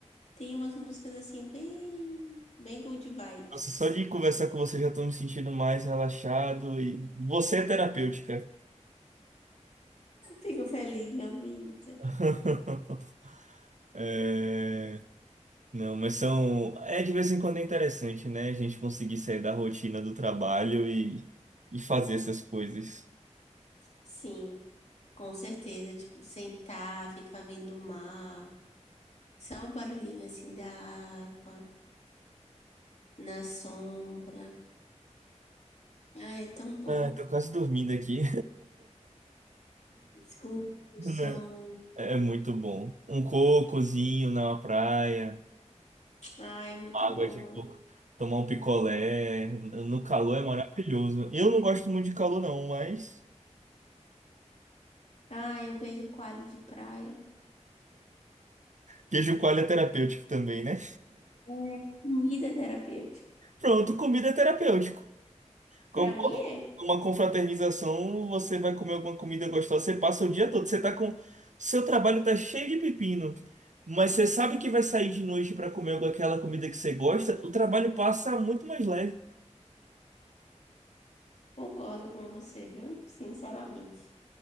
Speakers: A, on the left (about 65°); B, on the right (about 80°).
A: tem umas músicas assim bem, bem good vibes.
B: Nossa, só de conversar com você já tô me sentindo mais relaxado e você é terapêutica.
A: Fico feliz em ouvir isso.
B: <laughs> É, Não, mas são. É de vez em quando é interessante, né? A gente conseguir sair da rotina do trabalho e, e fazer essas coisas.
A: Sim, com certeza. Tipo, sentar, ficar vendo o mar. Só o barulhinho assim da água, na sombra. Ah, é tão bom.
B: Ah, tô quase dormindo aqui.
A: Escuta o
B: <laughs> né?
A: som.
B: É é muito bom. Um cocozinho na praia,
A: Ah, é muito
B: água
A: bom.
B: de coco, tomar um picolé. No calor é maravilhoso. Eu não gosto muito de calor, não, mas
A: Ah, um queijo coalho de praia.
B: queijo coalho é terapêutico também, né?
A: É, Comida é terapêutico.
B: Pronto, comida é terapêutico. Com
A: Pra mim é.
B: uma confraternização, você vai comer alguma comida gostosa, você passa o dia todo, você tá com. Seu trabalho tá cheio de pepino, mas você sabe que vai sair de noite para comer aquela comida que você gosta, o trabalho passa muito mais leve.
A: Concordo com você, viu? Sinceramente.